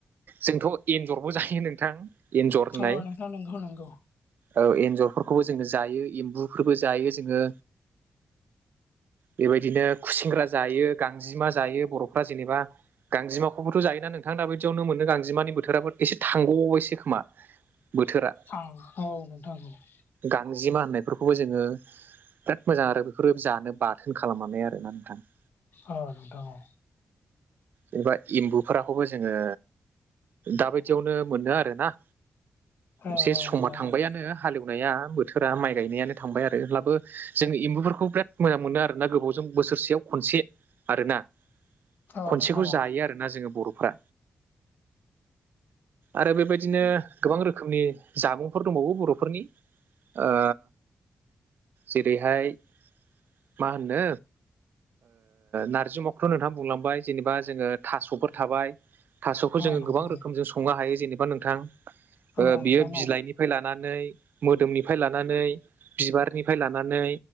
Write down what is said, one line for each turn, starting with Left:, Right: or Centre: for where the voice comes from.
Right: जोंथ' एन्जरबो जायो नोंथां एन्जर होननाय
Left: अ नोंथां नंगौ नंगौ
Right: औ एन्जरफोरखौबो जोङो जायो एम्बुफोरबो जायो जोङो बेबायदिनो खुसेंग्रा जायो गांजेमा जायो बर'फ्रा जेनेबा गांजेमाखौबोथ' जायोना नोंथां दा बिदियावनो मोनो गांजेमानि बोथााबो एसे थांगबायसो खोमा बोथोरा
Left: खांख्राइ <unintelligible>
Right: गांजेमा होननायफोरखौहाय जोङो बिराद मोजां आरो बेफोरो जानो बाथोन खालामनानै आरोना नोंथां
Left: अ नोंथां अ
Right: जेनेबा एम्बु फोराखौबो जोङो दाबायदियावनो मोनो आरो ना
Left: औ
Right: एसे समा
Left: नोंथां
Right: थांबायानो
Left: औ
Right: हालेवनाया बोथोरा माइ गायनायानो थांबाय आरो अब्लाबो जों एम्बुफोरखौ बिराद मोजां मोनो आरोना गोबावजों बोसोरसेयाव खनसे आरोना खनसेखौ
Left: औ नोंथां औ
Right: जायो आरो ना जोङो बर'फ्रा आरो बेबायदिनो गोबां रोखोमनि जामुंफोर दंबावो बर'फोरनि ओ जेरैहाय मा होनो नारजि अमाखौथ' नोंथाङा बुंलांबाय जेनेबा जोङो थास'फोर थाबाय थास'खौ
Left: औ
Right: जोङो
Left: नोंथां
Right: गोबां रोखोमजों संनो हायो जेनेबा नोंथां
Left: औ
Right: बियो
Left: नोंथां
Right: बिलाइनिफ्राय लानानै मोदोमनिफ्राय लानानै बिबारनिफ्राय लानानै